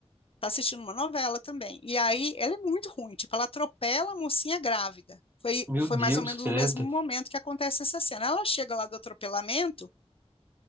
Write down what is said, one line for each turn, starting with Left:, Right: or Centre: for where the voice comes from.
Left: está assistindo uma novela também. E aí ela é muito ruim, tipo, ela atropela a mocinha grávida. Foi,
Right: Meu
Left: foi
Right: Deus,
Left: mais ou menos
Right: credo.
Left: no mesmo momento que acontece essa cena. Ela chega lá do atropelamento,